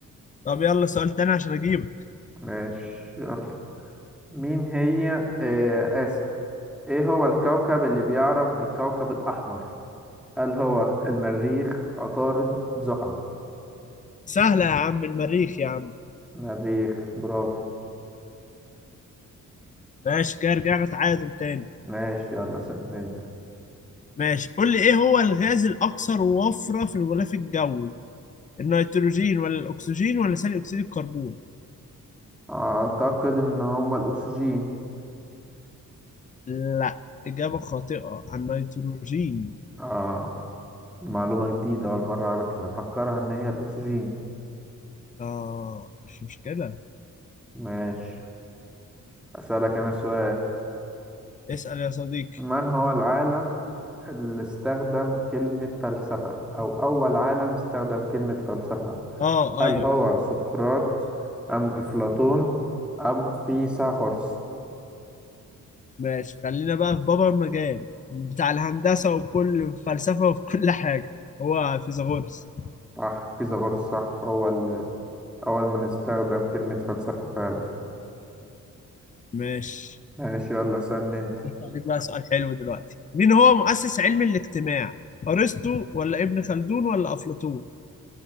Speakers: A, on the left; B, in the centre.
A: طب يلا سؤال تاني عشان أجيبك
B: ماشي يلا مين هي آه آسف إيه هو الكوكب اللي بيعرف بالكوكب الأحمر هل هو المريخ عطارد زحل
A: سهلة يا عم المريخ يا عم
B: مريخ برافو
A: ماشي كده رجعنا تعادل تاني
B: ماشي يلا سأل أنت
A: ماشي قول لي إيه هو الغاز الأكثر وفرة في الغلاف الجوي النيتروجين ولا الأكسجين ولا ثاني أكسيد الكربون
B: أعتقد إن هو الأكسجين
A: لا إجابة خاطئة عن النيتروجين
B: آه معلومة جديدة أول مرة أعرفها أنا أفكرها إن هي الأكسجين
A: آه مش مشكلة
B: ماشي أسألك أنا سؤال
A: اسأل يا صديقي
B: من هو العالم اللي استخدم كلمة فلسفة أو أول عالم استخدم كلمة فلسفة
A: آه
B: هل
A: أيوه
B: هو
A: أيوه
B: سقراط أم أفلاطون أم فيثاغورس
A: ماشي خلينا بقى في بابا المجال بتاع الهندسة وكل فلسفة وفي كل حاجة هو فيثاغورس
B: صح فيثاغورس صح هو اللي أول من استخدم كلمة فلسفة فعلا
A: ماشي
B: ماشي يلا سن أنت
A: عليك بقى سؤال حلو دلوقتي مين هو مؤسس علم الاجتماع أرسطو ولا ابن خلدون ولا أفلاطون